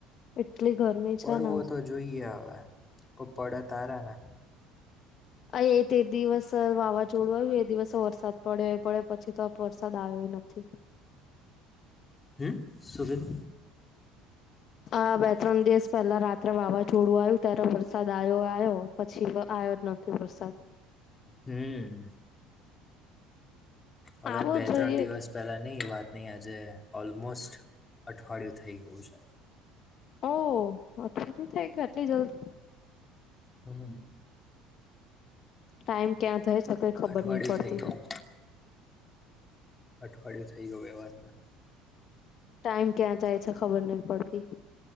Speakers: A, on the left; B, on the left.
A: એટલી ગરમી છે
B: પડવો
A: ને
B: તો જોઈએ હવે પર પડે તારા ના
A: અ એ તે દિવસ વાવાઝોડું આવ્યું એ દિવસ વરસાદ પડે એ પડે પછી તો વરસાદ આવ્યો નથી.
B: હમ્મ શુ થયેલુ?
A: હ બે ત્રણ દિવસ પહેલા રાત્રે વાવાઝોડું આવ્યું ત્યારે વરસાદ આવ્યો આવ્યો. પછી આવ્યો જ નથી વરસાદ.
B: હમ્મ. હવે
A: આવો
B: બે
A: જોઈએ
B: ત્રણ દિવસ પહેલા ની વાત અહીં આજે ઓલમોસ્ટ અઠવાડિયું થઈ ગયું છે.
A: ઓ અઠવાડી થઈ ગ આટલી જલ્દી.
B: હમ્મ.
A: ટાઈમ ક્યાં થાય છે કઈ ખબર
B: અઠવાડિયું
A: નઇ પડતી.
B: થઈ ગયું અઠવાડિયું થઇ ગયું બે વાતમાં
A: ટાઈમ ક્યાં જાય છે ખબર નહ પડતી.